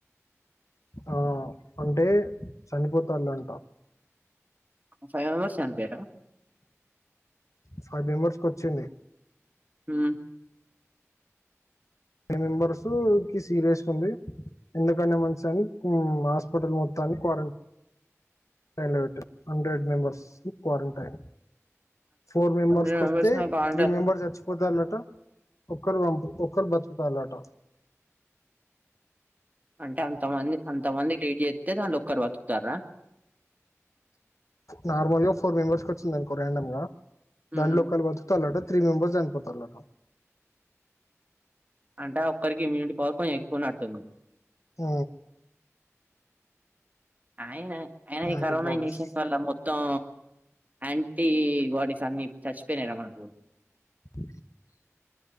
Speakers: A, on the left (about 80°); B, on the right (about 30°).
A: ఆ అంటే చనిపోతాళంటా
B: ఫైవ్ మెంబర్స్ చనిపోయిరా
A: ఫైవ్ మెంబర్స్ కొచ్చింది
B: మ్
A: మెంబర్స్ కీ సీరియస్ గుంది ఎందుకనే మంచిదని హాస్పిటల్ మొత్తాన్ని క్వారంటైన్లో పెట్టారు హండ్రెడ్ మెంబర్స్కి క్వారంటైన్ ఫోర్ మెంబర్స్
B: హండ్రెడ్
A: కొస్తే
B: నాకు కావాలంటే
A: త్రీ మెంబర్స్ చచ్చిపోత గాలట ఒకరు ఒకరు బతుకుతాళ్ళట
B: అంటే అంతమంది అంతమందికి ట్రీట్ చేస్తే దాంలో ఒక్కరు బతుకుతారా
A: నార్మల్ గా ఫోర్ మెంబర్స్ వచ్చిందనుకో రాండమ్ గా
B: హ్మ్
A: దాంలో ఒక్కల్లు బతుకుతాలంట త్రీ మెంబర్స్ చనిపోతాలంట
B: అంటే ఒక్కరికి ఇమ్యూనిటీ పవర్ కొంచెం ఎక్కువు నట్టు
A: ఆ
B: అయనా అయినా
A: అలాంటి
B: ఈ కరోనా
A: బాడీస్
B: ఇన్ఫెక్షన్స్ వల్ల మొత్తం యాంటీ బాడీస్ అన్ని చచ్చిపోయినాార మనకు
A: <inaudible>